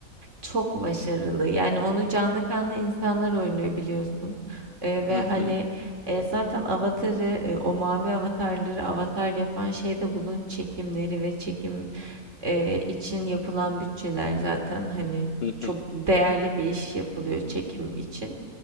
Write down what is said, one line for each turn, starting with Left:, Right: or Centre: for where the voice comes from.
Right: Çok başarılı. Yani onu canlı kanlı insanlar oynuyor biliyorsun. Eee, ve
Left: Hı
Right: hani,
Left: hı
Right: eee, zaten Avatar'ı, eee, o mavi avatarları Avatar yapan şey de bunun çekimleri ve çekim, eee, için yapılan bütçeler zaten hani
Left: hı
Right: çok
Left: hı
Right: değerli bir iş yapılıyor çekim için.